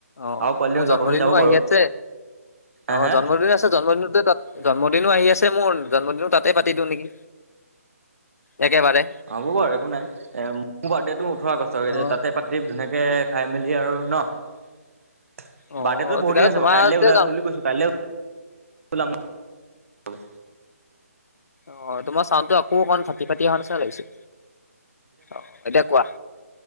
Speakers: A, on the left; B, on the right.
A: অহ -
B: আৰু
A: অহ
B: পোৱালি
A: মোৰ জন্মদিনো
B: লগৰখিনি যাব বাৰু
A: আহি আছে
B: হা
A: অহ
B: হা
A: জন্মদিন আছে জন্মদিনতে তাত জাম। জন্মদিনো আহি আছে মোৰ জন্মদিনো তাতে পাতি দিওঁ নেকি? একেবাৰে
B: হ'ব বাৰু একো নাই এ মোৰ বাৰ্থডে টো ওঠৰ আগষ্ট
A: অ
B: তাতে পাতি ধুনীয়াকে খাই মেলি দিয়া আৰু ন'
A: অ
B: বাৰ্থডেটো
A: তেতিয়াহ'লে
B: পৰহি আছে
A: তোমাৰ
B: বাৰো কাইলে
A: তাতে
B: ওলাম
A: যাওঁ
B: বুলি কৈছো কাইলে ওলাম। হয়
A: অহ, তোমাৰ চাউণ্ডটো অক ক' অকণ ফাটি- ফাটি অহা নিচনা লাগিছে অহ এতিয়া কোৱা